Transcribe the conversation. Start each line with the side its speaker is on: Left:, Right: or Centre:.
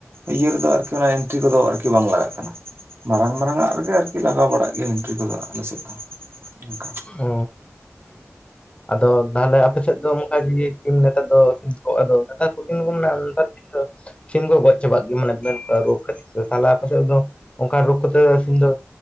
Right: ᱤᱭᱟᱹ ᱨᱮᱫᱚ ᱟᱨᱠᱤ ᱚᱱᱟ ᱮᱱᱴᱨᱤ ᱠᱚᱫᱚ ᱟᱨᱠᱤ ᱵᱟᱝ ᱞᱟᱜᱟᱜ ᱠᱟᱱᱟ, ᱢᱟᱨᱟᱝ ᱢᱟᱨᱟᱝᱼᱟᱜ ᱨᱮᱜᱮ ᱟᱨᱠᱤ ᱞᱟᱜᱟᱣ ᱵᱟᱲᱟᱜ ᱜᱮᱭᱟ ᱮᱱᱴᱨᱤ ᱠᱚᱫᱚ ᱟᱞᱮᱥᱮᱫ ᱫᱚ ᱚᱱᱠᱟ᱾
Left: ᱚ, ᱟᱫᱚ ᱛᱟᱦᱚᱞᱮ ᱟᱯᱮ ᱥᱮᱫ ᱫᱚ <unintelligible> ᱱᱮᱛᱟᱨ ᱫᱚ <unintelligible> ᱱᱮᱛᱟᱨ ᱫᱤᱱ ᱫᱚ ᱥᱤᱢ ᱠᱚ ᱜᱚᱡ ᱪᱟᱵᱟᱜ ᱜᱮ ᱢᱟᱱᱮ ᱢᱮᱱ ᱨᱳᱜᱽ ᱠᱷᱟᱹᱛᱤᱨ ᱛᱟᱦᱞᱮ ᱟᱯᱮ ᱥᱮᱫ ᱫᱚ ᱚᱱᱠᱟ ᱨᱳᱜᱽ ᱠᱟᱛᱮ ᱥᱤᱢ ᱫᱚ